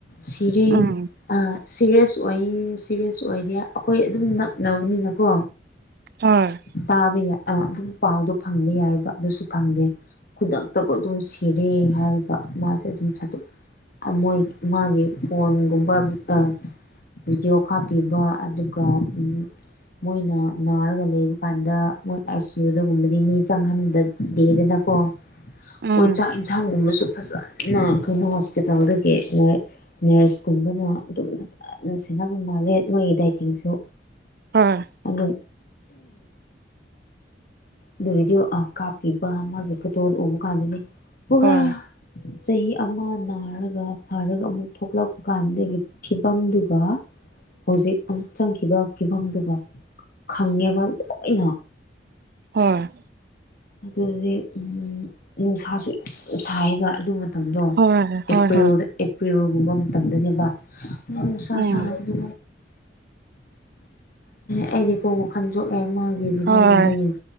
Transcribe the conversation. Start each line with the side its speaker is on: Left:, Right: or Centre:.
Left: ꯁꯤꯔ‌ꯦ
Right: ꯎꯝ
Left: ꯑ ꯁꯤꯔꯤꯌꯁ ꯑꯣꯏꯌꯦ ꯁꯤꯔꯤꯌꯁ ꯑꯣꯏꯗꯦ ꯑꯩꯈꯣꯏ ꯑꯗꯨꯝ ꯅꯛꯅꯕꯅꯤꯅꯀꯣ
Right: ꯍꯣꯏ
Left: ꯇꯥꯕ ꯌꯥꯏ ꯑ ꯑꯗꯨꯝ ꯄꯥꯎꯗꯣ ꯐꯪꯕ ꯌꯥꯏꯕ ꯑꯗꯨꯁꯨ ꯐꯪꯗꯦ ꯈꯨꯗꯛꯇꯀꯣ ꯑꯗꯨꯝ ꯁꯤꯔꯦ ꯍꯥꯏꯔꯤꯒ ꯃꯥꯁꯦ ꯑꯗꯨꯝ ꯁꯠꯇꯣꯛ ꯑ ꯃꯣꯏ ꯃꯥꯒꯤ ꯐꯣꯟꯒꯨꯝꯕ ꯑ ꯚꯤꯗꯤꯑꯣ ꯈꯥꯞꯄꯤꯕ ꯑꯗꯨꯒ ꯎꯝ ꯃꯣꯏꯅ ꯅꯥꯔꯒ ꯂꯩꯕ ꯀꯥꯟꯗ ꯃꯣꯏ ꯑꯥꯏ ꯁꯤ ꯌꯨꯗꯒꯨꯝꯕꯗꯤ ꯃꯤ ꯆꯪꯍꯟꯗꯗꯦꯗꯅꯀꯣ
Right: ꯎꯝ
Left: ꯃꯣꯏ ꯆ ꯌꯦꯟꯁꯥꯡ ꯒꯨꯝꯕꯁꯨ ꯐꯖꯅ ꯑꯩꯈꯣꯏꯅ ꯍꯣꯁꯄꯤꯇꯥꯜ ꯗꯒꯤ ꯂꯥꯏ ꯅꯔꯁꯀꯨꯝꯕꯅ ꯑꯗꯨꯝ ꯐꯖꯅ ꯁꯦꯟꯅꯕ ꯃꯥꯜꯂꯦ ꯃꯣꯏꯒꯤ ꯗꯥꯏꯇꯤꯡꯁꯨ
Right: ꯍꯣꯏ
Left: ꯑꯗꯣ ꯑꯗꯨ ꯚꯗꯤꯑꯣ ꯀꯥꯞꯄꯤꯕ ꯃꯥꯒꯤ ꯐꯇꯣꯗ ꯎꯕ ꯀꯥꯟꯗꯗꯤ ꯄꯨꯔꯥ
Right: ꯍꯣꯏ
Left: ꯆꯍꯤ ꯑꯃ ꯅꯥꯔꯒ ꯐꯔꯒ ꯑꯃꯨꯛ ꯊꯣꯛꯂꯛꯄ ꯀꯥꯟꯗꯒꯤ ꯐꯤꯕꯝꯗꯨꯒ ꯍꯧꯖꯤꯛ ꯑꯃꯨꯛ ꯆꯪꯈꯤꯕ ꯐꯤꯕꯝꯗꯨꯒ ꯈꯪꯉꯦꯕ ꯂꯣꯏꯅ
Right: ꯍꯣꯏ
Left: ꯑꯗꯨꯗꯗꯤ ꯎꯝ ꯅꯨꯡꯁꯥꯁꯨ ꯁꯥꯏꯕ ꯑꯗꯨ ꯃꯇꯝꯗꯣ
Right: ꯍꯣꯏ
Left: ꯑꯦꯄ꯭ꯔꯤꯜꯗ
Right: ꯍꯣꯏ ꯍꯣꯏ
Left: ꯄ꯭ꯔꯤꯜꯒꯨꯝꯕ ꯃꯇꯝꯗꯅꯦꯕ ꯅꯨꯡꯁꯥ
Right: ꯎꯝ
Left: ꯁꯥꯕꯗꯨ ꯑꯩꯗꯤ ꯀꯣ ꯋꯥ ꯈꯟ <unintelligible> ꯃꯥꯒꯤ ꯚꯤꯗꯤꯑꯣꯒꯨꯝꯕ
Right: ꯍꯣꯏ
Left: ꯌꯦꯡ